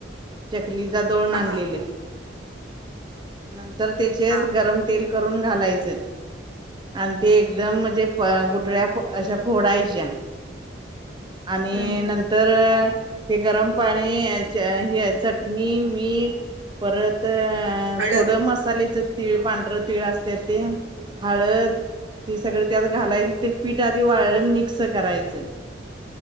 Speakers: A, on the right; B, on the right.
A: चकलीला दळुन
B: हा
A: आणलेलं नंतर त्याचेत
B: हा
A: गरम तेल करून घालायचं. आणि ते एकदम म्हणजे गुठळ्या अशा फोडायच्या. आणि
B: हम्म
A: नंतर हे गरम पाणी, हे चटणी, मीठ, परत
B: हळद
A: थोडं मसालेच तीळ, पांढरं तीळ असत्यात ते हळद ते सगळ त्यात घालायचं ते पीठ आधी वाळ मिक्स करायच